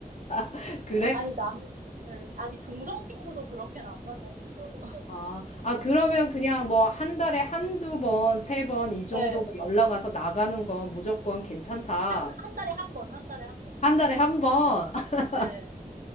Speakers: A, on the left; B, on the right.
A: <laughs> 그래?
B: 아니, 남, 예, 아니, 동성 친구도 그렇게는 안 만나겠어요. <laughs>
A: 아, 아, 그러면 그냥 뭐 한 달에 한두 번, 세 번 이 정도
B: 예,
A: 뭐
B: 뭐,
A: 연락 와서 나가는 건 무조건 괜찮다.
B: 한, 한 달에 한 번, 한 달에 한 번.
A: 한 달에 한 번. <laughs>
B: 예,